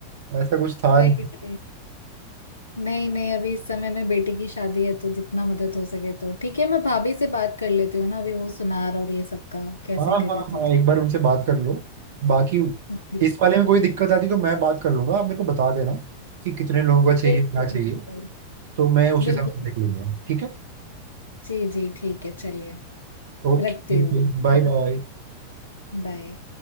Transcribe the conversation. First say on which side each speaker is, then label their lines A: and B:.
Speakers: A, on the right (about 55°); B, on the left (about 75°).
A: ऐसा कुछ था
B: वही
A: नहीं।
B: थे नहीं नहीं अभी इस समय में बेटी की शादी है तो जितना मदद हो सके तो ठीक है मैं भाभी से बात कर लेती हूँ ना अभी वो सुनार और ये सब का कैसे
A: हाँ
B: कर
A: हाँ हाँ
B: था तो
A: एक बार उनसे बात कर लो बाकी
B: बिल्कुल
A: इस वाले में कोई दिक्कत आती तो मैं बात कर लूंगा आप मेरे को बता देना कि कितने लोगों का चाहिए
B: बिल्कुल
A: क्या चाहिए तो मैं उस हिसाब
B: बिल्कुल
A: से देख
B: बिल्कुल।
A: लूंगा ठीक है
B: जी जी ठीक है चलिए
A: Okay
B: रखती हूँ
A: bye
B: हाँ
A: bye
B: बाय